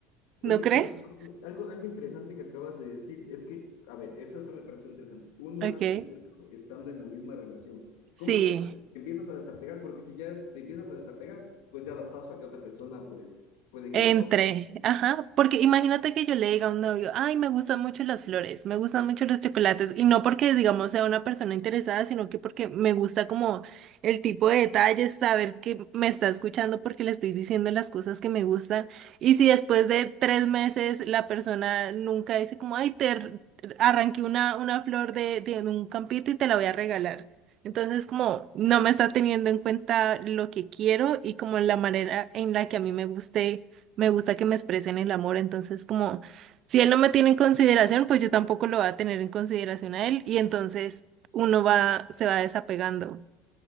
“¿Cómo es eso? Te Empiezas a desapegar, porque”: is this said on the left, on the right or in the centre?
Left